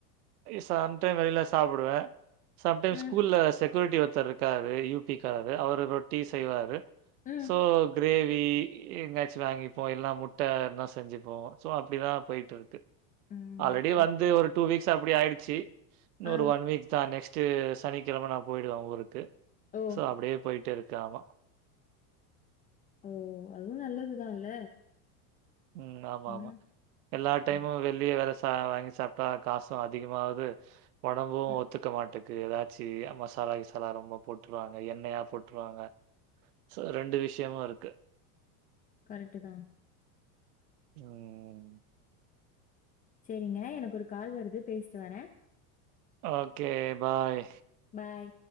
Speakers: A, on the right; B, on the left.
A: சம்டைம் வெளியில சாப்டுவே சம்டைம்
B: ம்
A: ஸ்கூல்ல செ க்யூரிட்டி ஒருத்தரு இருக்காரு யூ பி க்கரு அவர் ரொட்டி செய்வாரு
B: ம்
A: சோ கிரேவி எங்கயாச்சு வாங்கிப்போ இல்னா முட்ட இருந்த செஞ்சுப்போ ஸோ அப்டிதா போய்டட்டுருக்கு
B: ம்
A: ஆல்ரெடி
B: ஓ
A: வந்து ஒரு டூ வீக்ஸ் அப்டி ஆயிடுச்சு இன்னொரு
B: ஆ
A: ஒன் வீக் தா நெக்ஸ் ட்டு சனிக்கெழம நா போயிடுவே ஊருக்கு
B: ஓ
A: ஸோ அப்டியே போயிட்டு இருக்க ஆமா
B: ஓ அதுவு நல்லதுதா இல்ல
A: ம் ஆமா
B: ம்
A: ஆமா எல்லா டைமு
B: ம்
A: வெளிய வேல <inaudible> வாங்கி சாப்ட்டா காசும் அதிகமாவது ஒடம்பு
B: ம்
A: ஒத்துக்க மாட் ட்டுக்கு ஏதாச்சி மசாலா கிசாலா ரொம்ப போட்டுருவாங்க எண்ணெயா போட்டுருவாங்க சோ ரெண்டு விஷயமு இருக்கு
B: கரெக்டு தான்
A: ம் ம்ம்
B: எங்க எனக்கு ஒரு கால் வருது பேசிட்டு வரே
A: ஓகே பாய்
B: பாய்